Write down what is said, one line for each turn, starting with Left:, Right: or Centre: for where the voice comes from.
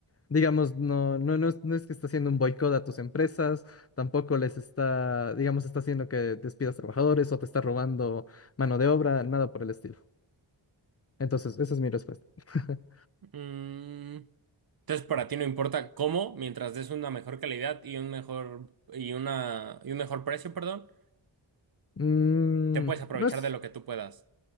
Left: digamos, no, no, no es, no es que está haciendo un boicot a tus empresas, tampoco les está, digamos, está haciendo que despidas trabajadores o te está robando mano de obra, nada por el estilo. Entonces, esa es mi respuesta. <laughs>
Right: Mm, Entonces, para ti no importa cómo, mientras des una mejor calidad y un mejor y una y un mejor precio, perdón,
Left: Mm,
Right: te puedes aprovechar
Left: no es.
Right: de lo que tú puedas.